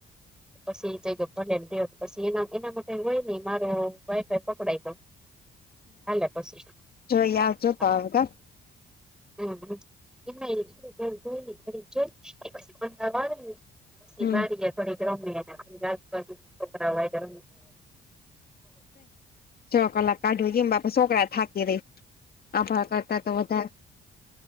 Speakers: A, in the centre; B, on the left (about 50°).
A: પછી જઈ ગ લમ્યો પછી એના એના માટે હોય નહ મારો વાઈફ પકડઈ દઉ
B: <inaudible>
A: હ લ પસ હ
B: જોઈ આવજો
A: <unintelligible>
B: તો <inaudible>
A: હમ એને એ તૂયનેની પડીચ અ વાળ <unintelligible> પછી
B: હમ
A: વાડી થોડી રમે <unintelligible> ને રાજ કોકરા વાય
B: છ કલાક કાઢો એમ બાપા છોકરા થાકી રહી આભ કરતા તો વધારે